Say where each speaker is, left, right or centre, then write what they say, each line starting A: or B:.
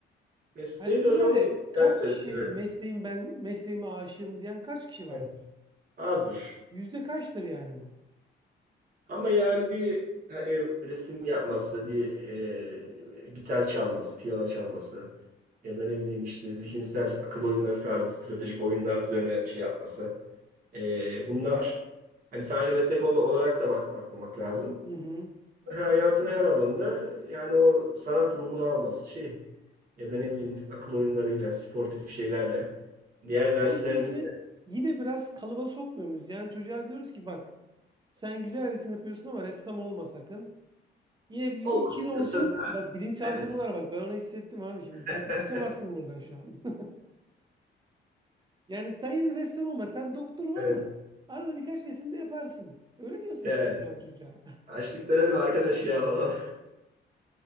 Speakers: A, on the right; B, on the right.
A: mesleği
B: Hani diyorlar
A: de öyle olmak
B: ya
A: isterse
B: kaç kişi
A: tabii,
B: mesleğim ben mesleğime aşığım diyen kaç kişi vardır?
A: evet, azdır.
B: Yüzde kaçtır yani bu?
A: Ama yani bir hani resim yapması, bir e, gitar çalması, piyano çalması ya da ne bileyim işte zihinsel akıl oyunları tarzı stratejik oyunlar üzerine şey yapması. Ee, bunlar hani sadece meslek ol- olarak da bak bakmamak lazım.
B: Hı hı.
A: Hayatın her alanında yani o sanat ruhunu alması şey ya da ne bileyim akıl oyunlarıyla, sportif şeylerle diğer derslerinde
B: Ama işte yine
A: de
B: yine biraz kalıba sokmuyor muyuz? Yani çocuğa diyoruz ki bak sen güzel resim yapıyorsun ama ressam olma sakın. Yine bir
A: olmak
B: için
A: istiyorsa
B: olsun.
A: da
B: Bak bilinçaltı
A: evet.
B: bu var bak ben onu hissettim abi şimdi.
A: <laughs>
B: Kaç, kaçamazsın buradan şu an. <laughs> Yani sen yine de ressam olma sen doktor ol ama
A: Evet.
B: arada birkaç resim de yaparsın. Öyle diyorsun
A: Yani
B: siz şu an çocuğa.
A: açlıktan ölme arkadaş ya falan.